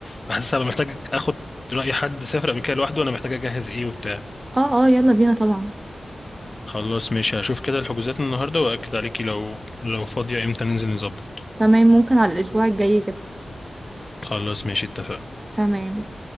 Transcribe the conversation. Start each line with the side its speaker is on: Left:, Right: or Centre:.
Left: فحاسس هبقى محتاج اخد راي حد سافر قبل كده لوحده وانا محتاج اجهز ايه وبتاع
Right: اه اه يلا بينا طبعا
Left: خلاص ماشي هشوف كده الحجوزات النهارده واكد عليكي لو لو فاضيه امتى ننزل نظبط
Right: تمام ممكن على الأسبوع الجاي كده
Left: خلاص ماشي اتفقنا
Right: تمام